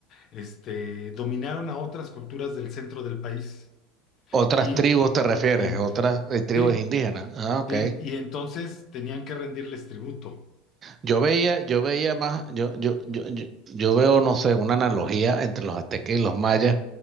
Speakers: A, on the left (about 45°); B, on the right (about 35°).
A: este, dominaron a otras culturas del centro del país.
B: otras
A: Y
B: tribus te refieres,
A: sí,
B: otras eh, tribus
A: sí,
B: indígenas. Ah, ok.
A: sí, y entonces tenían que rendirles tributo.
B: Yo veía, yo veía más, yo, yo, yo, yo, yo veo, no sé, una analogía entre los aztecas y los mayas.